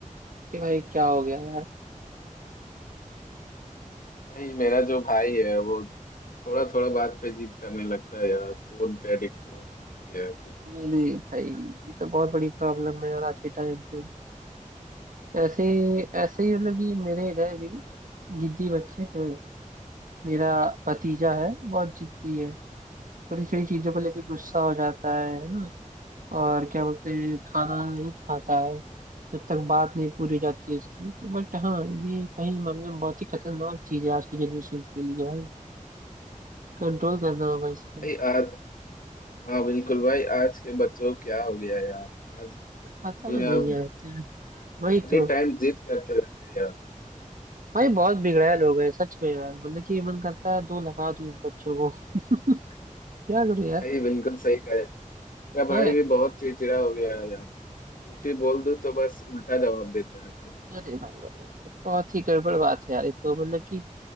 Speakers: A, on the right; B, on the left.
A: कि भाई क्या हो गया यार
B: भाई मेरा जो भाई है वो थोड़ा थोड़ा बात पे जिद करने लगता है यार फोन पे एडिक्ट हो हो गया है पूरा
A: नहीं नहीं भाई ये तो बहुत बड़ी प्रॉब्लम है यार आज के टाइम पे ऐसे ऐसे ही मतलब कि मेरे इधर भी जिद्दी बच्चे हैं मेरा भतीजा है बहुत जिद्दी है थोड़ी छोटी चीजों को लेकर गुस्सा हो जाता है है ना और क्या बोलते हैं खाना नहीं खाता है जब तक बात नहीं पूरी हो जाती है इसकी तो बट हाँ ये कहीं मामले में बहुत ही खतरनाक चीज है आज की जनरेशन के लिए भाई कंट्रोल करना होगा इस पे
B: भाई आज हाँ बिल्कुल भाई आज के बच्चों को क्या हो गया यार आज
A: पता
B: बिना
A: नहीं यार क्या वही
B: एनी
A: तो
B: टाइम जिद करते रहते हैं यार
A: भाई बहुत बिगड़ैल हो गए सच में यार मतलब कि मन करता है दो लगा दूं इन बच्चों को <laughs> क्या करूं यार
B: भाई बिल्कुल सही कहा है मेरा भाई
A: हाँ
B: भी बहुत चिड़चिड़ा हो गया है यार कुछ भी बोल दूं तो बस उल्टा जवाब देता है फिर
A: अरे भाई भाई, बहुत ही गड़बड़ बात है यार ये तो मतलब कि